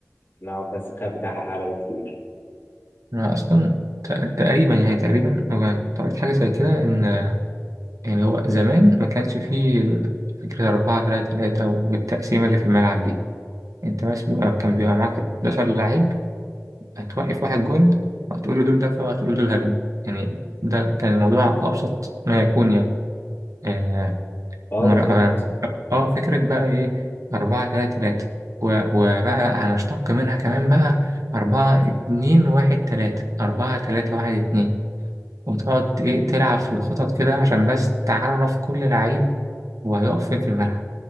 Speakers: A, on the left (about 45°); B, on the right (about 85°).
A: نوعا ما الذكاء بتاعها أعلى بكتير
B: أنا أصلا تق- تقريبا يعني تقريبا أنا كنت قريت حاجة زي كده إن يعني هو زمان ما كانش فيه فكرة أربعة تلاتة تلاتة والتقسيمة اللي في الملعب دي أنت بس بيبقى كان بيبقى معاك 11 لعيب هتوقف واحد جون وهتقول له دول دفع وهتقول له دول هجم يعني ده كان الموضوع أبسط ما يكون يعني آه,
A: اه
B: مر...
A: بالظبط
B: آه آه، فكرة بقى إيه أربعة تلاتة تلاتة و- وبقى هنشتق منها كمان بقى أربعة اتنين واحد تلاتة أربعة تلاتة واحد اتنين وتقعد إيه تلعب في الخطط كده عشان بس تعرف كل لعيب وهيقف فين في الملعب